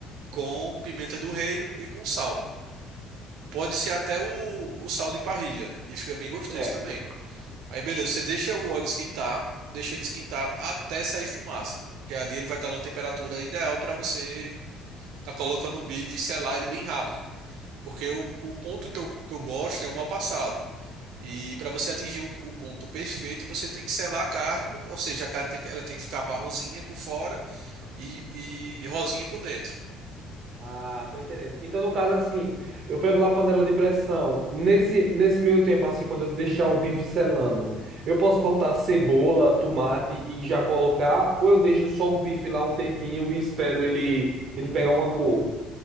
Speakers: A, on the right; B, on the right.
A: com pimenta do reino e com sal. Pode ser até o, o sal de parrilha, que fica bem gostoso
B: Certo.
A: também. Aí, beleza, você deixa o óleo esquentar, deixa ele esquentar até sair fumaça. Que ali ele vai estar numa temperatura ideal para você tá colocando o bife e selar ele bem rápido. Porque o, o ponto que eu, que eu gosto é o mal passado. E para você atingir o, o ponto perfeito, você tem que selar a carne, ou seja, a carne tem que, ela tem que ficar marronzinha por fora e, e rosinha por dentro.
B: Ah, tô entendendo. Então, no caso, assim, eu pego lá a panela de pressão. Nesse, nesse meio tempo, assim, quando eu deixar o bife selando, eu posso cortar cebola, tomate e já colocar, ou eu deixo só o bife lá um tempinho e espero ele, ele pegar uma cor?